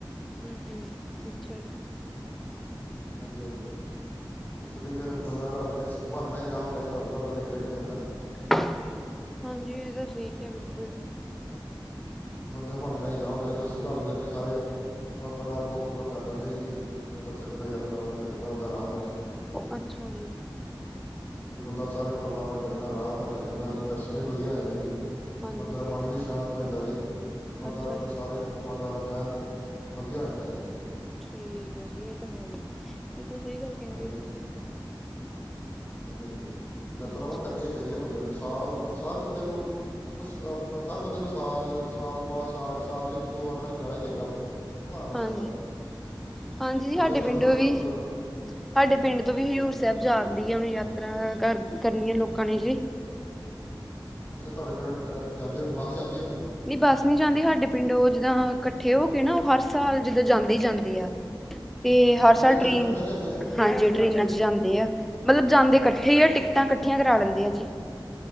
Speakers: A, in the centre; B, on the left.
A: ਹੂ ਹੂ ਅੱਛਾ ਜੀ।
B: ਹਾਂਜੀ ਹਾਂਜੀ। ਇਸ ਲਈ ਫਿਰ ਬੰਦਾ ਰਲ ਇਸ ਬਹਾਨੇ ਨਾਲ ਹੀ ਜਾ ਹੁੰਦਾ, ਤੁਹਾਨੂੰ ਪਤਾ ਓਦਾਂ ਨਿਕਲਿਆ ਨੀ ਜਾਂਦਾ।
A: ਹਾਂਜੀ ਇਹ ਤਾਂ ਠੀਕ ਐ ਬਿਲਕੁਲ।
B: ਬੰਦਾ ਬਹਾਾਨੇ ਨਾਲ ਹੀ ਜਾ ਹੁੰਦਾ ਏ ਜਦੋਂ ਰਲ ਮਿਲ ਕੇ ਸਾਰੇ ਆਪਣਾ ਬੁੱਕ ਬੁੱਕ ਕਰ ਲੈਂਦੇ ਜੀ ਫੇਰ ਬੰਦਾ ਚੱਲ ਜਾਂਦਾ ਯਾਤਰਾਵਾਂ ਤੇ ਚੱਲ ਜਾਂਦਾ ਬੰਦਾ ਆਰਾਮ ਨਾਲ ਜੀ।
A: ਅੱਛਾ ਜੀ।
B: ਬੰਦਾ ਸਾਰੇ ਪਰਿਵਾਰ ਨਾਲ ਚੱਲ ਜਾਂਦਾ ਆਰਾਮ ਨਾਲ ਚੱਲ ਜਾਂਦਾ ਜੀ ਦਰਸ਼ਨ ਵੀ ਵਧੀਆ ਹੋ ਜਾਂਦੇ ਜੀ।
A: ਹਾਂਜੀ
B: ਬੰਦੇ
A: ਹਾਂਜੀ
B: ਦਾ
A: ਇਹ
B: ਮਨ
A: ਤਾਂ
B: ਵੀ
A: ਹੈ।
B: ਸ਼ਾਂਤ ਹੋ ਜਾਂਦਾ ਜੀ। ਬੰਦਾ
A: ਅੱਛਾ
B: ਆਪਣੇ
A: ਜੀ
B: ਸਾਰੇ ਕੰਮਾਂ ਕਾਰਾਂ ਤੋਂ ਐਨ ਵਧੀਆ ਹੋ ਜਾਂਦਾ ਜੀ।
A: ਠੀਕ ਹੈ ਜੀ ਇਹ ਤਾਂ ਹੈ ਹੀ ਬਿਲਕੁਲ ਸਹੀ ਗੱਲ ਕਹਿ
B: ਹਾਂਜੀ
A: ਰਹੇ ਹੋ
B: ਹਾਂਜੀ
A: ਤੁਸੀ।
B: ਹਾਂਜੀ ਹਾਂਜੀ ਯਾਤਰਾਵਾ
A: ਤੁਸੀਂ।
B: ਕਰਨੀਆ ਚਾਹੀਦੀ ਹੈ ਬੰਦੇ ਨੂੰ ਸਾਲ ਹਰ ਬੰਦੇ ਨੂੰ ਆਪਣਾ ਹਰ ਬੰਦੇ ਨੂੰ ਸਾਲ ਸਾਲ ਬਾ ਸਾਲ ਸਾਲ ਚ ਇੱਕ ਦੋ ਵਾਰ ਜਾਣਾ ਹੀ ਚਾਹੀਦਾ ਆਪਣੇ ਧਾਰਮਿਕ
A: ਹਾਂਜੀ
B: ਸਥਾਨਾਂ ਤੇ।
A: ਹਾਂਜੀ ਜੀ
B: ਬੰਦੇ
A: ਸਾਡੇ
B: ਨੂੰ
A: ਪਿੰਡ
B: ਅੰਦਰੋਂ
A: ਵੀ
B: ਅੰਦਰ
A: ਸਾਡੇ ਪਿੰਡ
B: ਹਾਂਜੀ
A: ਤੋਂ ਵੀ ਹਜ਼ੂਰ ਸਾਹਿਬ ਜਾਣ ਦੀ ਆ ਉਹਨੂੰ ਯਾਤ। ਤ੍ਹਾਂ ਕਰਨੀ ਆ ਲੋਕਾਂ ਨੇ ਜੀ
B: ਅੱਛਾ ਤੁਹਾਡੇ ਪਿੰਡ ਜਾਂਦੀ ਹੋਣੀ ਬੱਸ ਜਾਂਦੀ ਹੋਣੀ
A: ਨਹੀਂ ਬਸ ਨੀ ਜਾਂਦੀ ਸਾਡੇ ਪਿੰਡ ਉਹ ਜਿੱਦਾਂ ਇਕੱਠੇ ਹੋ ਕੇ ਨਾ ਉਹ ਹਰ ਸਾਲ ਜਿੱਦਾਂ ਜਾਂਦੇ ਹੀ ਜਾਂਦੇ ਆ। ਤੇ ਹਰ
B: ਅੱਛਾ
A: ਸਾਲ
B: ਟ੍ਰੇਨਾਂ
A: ਟ੍ਰੇਨ
B: ਟ੍ਰੇਨਾਂ ਚ ਜਾਂਦੇ
A: ਹਾਂਜੀ ਟ੍ਰਰੇਨਾਂ ਚ ਜਾਂਦੇ ਆ ਮਤਲਬ ਜਾਂਦੇ ਇਕੱਠੇ ਆ ਟਿਕਟਾਂ ਇਕੱਠੀਆਂ ਕਰਾ ਲੈਂਦੇ ਆ ਜੀ।